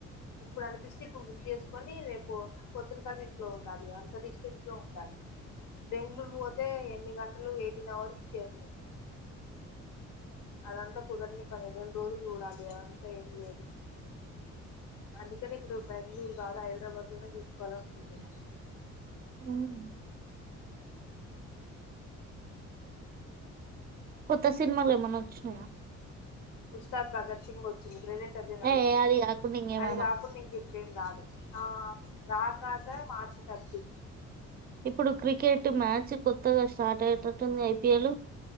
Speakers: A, on the left (about 75°); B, on the right (about 30°).
A: ఇప్పుడు అనిపిస్తే ఇప్పుడు బుక్ చేసుకొని రేపు పొద్దున కల్ల ఇంట్లో ఉండాలి అంత డిస్టెన్స్ లో ఉండాలి బెంగళూరు పోతే ఎన్ని గంటలు ఎయిటిన్ అవర్స్ జర్ని అదంతా కుదరని పని రెండు రోజులు చూడాలి అదంతా ఏం లేదు అందుకనే ఇప్పుడు బెంగళూరు కాదు హైదరాబాద్ లోనే చూసుకోవాలనుకుంటున్నా
B: హ్మ్ కొత్త సినిమాలు ఏమన్నా వచ్చినాయా
A: ఉస్తాద్ భగత్ సింగ్ వచ్చింది ప్రజెంట్ అదే నడుస్తూంది
B: ఏ అది కాకుండా ఇంకేమన్నా
A: అది కాకుండా ఇంక ఇప్పుడేం రాలే ఆ రాకాజ మార్చి తర్పి
B: ఇప్పుడు క్రికెట్ మ్యాచ్ కొత్తగా స్టార్ట్ అయేటట్టుంది ఐపీఎల్